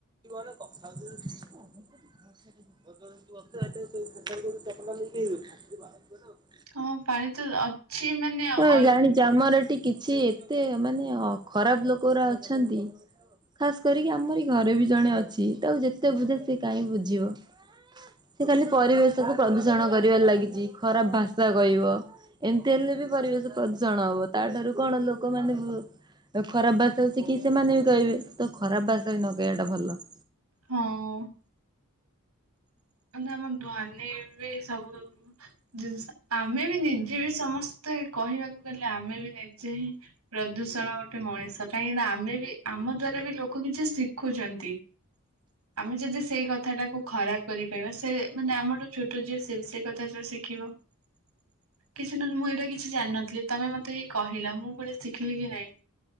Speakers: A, on the right; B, on the right.
A: <unintelligible> <unintelligible>
B: ହଁ ପାଣି ତ ଅଛି ମାନେ
A: ହଁ
B: ଅଳ୍ପ
A: ଜାଣିଛି ଆମର ଏଠି କିଛି ଏତେ ମାନେ ଖରାପ ଲୋକରା ଅଛନ୍ତି। ଖାସ୍ କରିକି ଆମ ଏଇ ଘରେ ବି ଜଣେ ଅଛି ତାକୁ ଯେତେ ବୁଝା ସେ କାହିଁକି ବୁଝିବ। ସେ ଖାଲି ପରିବେଶକୁ ପ୍ରଦୂଷଣ କରିବାରେ ଲାଗିଛି ଖରାପ ଭାଷା କହିବ। ଏମିତି ହେଲେ ବି ପରିବେଶ ପ୍ରଦୂଷଣ ହବ ତାଠାରୁ କଣ ଲୋକମାନେ ତ ଖରାପ ଭାଷା ଶିଖି ସେମାନେ ବି କହିବେ। ତ ଖରାପ ଭାଷା ବି ନ କହିବାଟା ଭଲ।
B: ହଁ। ଆମ ଧନୀ ହେବେ ସବୁ। ଜିନିଷ ଆମେ ବି ନିଜେ ବି ସମସ୍ତେ କହିବାକୁ ଗଲେ ଆମେ ବି ନିଜେ ହିଁ ପ୍ରଦୂଷଣ ଗୋଟେ ମଣିଷ କାହିଁକିନା ଆମେ ବି ଆମ ଦ୍ଵାରା ବି ଲୋକ କିଛି ଶିଖୁଛନ୍ତି। ଆମେ ଯଦି ସେଇ କଥା ଟାକୁ ଖରାପ୍ କରି କହିବା ସେ ମାନେ ଆମଠୁ ଛୋଟ ଯିଏ ସେ ବି ସେଇ କଥାଟା ଶିଖିବ। କିଛି ନହେଲେ ମୁଁ ଏଇଟା କିଛି ଜାଣିନଥିଲି ତମେ ମତେ ହେଇ କହିଲ। ମୁଁ ପୁଣି ଶିଖିଲି କି ନାଇଁ।